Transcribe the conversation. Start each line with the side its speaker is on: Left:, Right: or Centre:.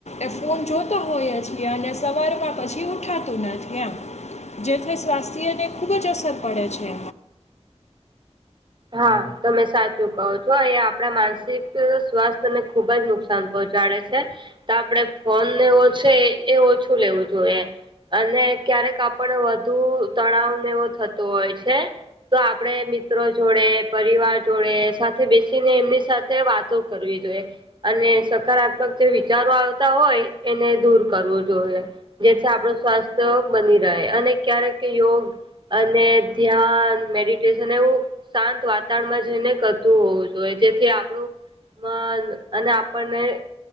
Left: એ ફોન જોતો હોયે છીએ અને સવારમાં પછી ઉઠાતું નથી એમ. જેથી સ્વાસ્થ્યને ખૂબ જ અસર પડે છે.
Right: હા, તમે સાચું કહો છો એ આપણા માનસિક સ્વાસ્થ્યને ખૂબ જ નુકસાન પહોંચાડે છે તો આપણેે ફોનને એવો છે એ ઓછું લેવું જોઈએ. અને ક્યારેક આપણે વધુ તણાવને એવું થતો હોય છે. તો આપણે મિત્રો જોડે પરિવાર જોડે સાથે બેસીને એમની સાથે વાતો કરવી જોઈએ. અને સકારાત્મક જે વિચારો આવતા હોય એને દૂર કરવું જોએ. જેથી આપણુ સ્વાસ્થ્ય બની રહે અને ક્યારેક યોગ અને ધ્યાન મેડિટેશન એવું શાંત વાતાવરણમાં જઈને કરતું હોવું જોઈએ જેથી આપણું અને આપણને